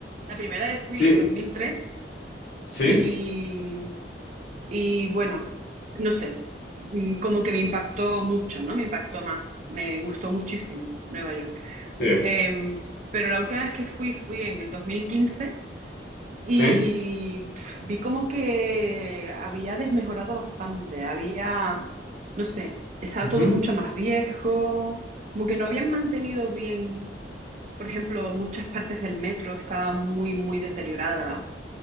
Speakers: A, on the right; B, on the left.
A: la primera vez fui
B: sí,
A: en 2003
B: sí,
A: y, y bueno, no sé, mm, como que me impactó mucho, ¿no? Me impactó más, me gustó muchísimo Nueva York.
B: sí,
A: Em, pero la última vez que fui fui en el 2015 y
B: sí,
A: pf, vi como que había desmejorado bastante, había, no sé, estaba
B: ujú,
A: todo mucho más viejo, como que no habían mantenido bien por ejemplo, muchas partes del metro estaban muy, muy deterioradas.